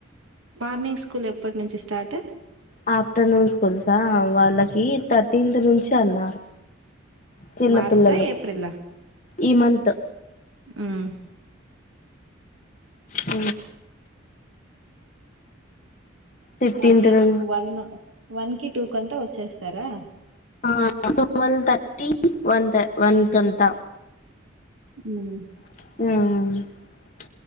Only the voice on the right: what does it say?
మార్నింగ్ స్కూల్ ఎప్పటి నుంచి స్టార్ట్
మార్చా
ఏప్రిలా
హమ్
మధ్యానము
వన్న వన్ కి టూ కంతా వచ్చేస్తారా
ఉ